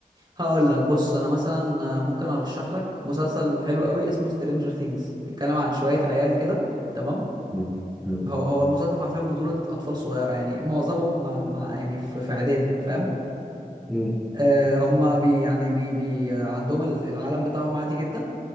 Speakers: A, on the right; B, in the centre.
A: هقول لك بص انا مثلا آه، ممكن ارشح لك مسلسل حلو قوي اسمه سترينجر ثينجز بيتكلم عن شويه عيال كده تمام
B: مم. مم.
A: هو هو المسلسل حرفيا بطولة أطفال صغيرة يعني معظمهم ما ما- يعني في في إعدادي فاهم
B: مم.
A: آه، هم بي يعني بي بي آه، عندهم ال- العالم بتاعهم عادي جدا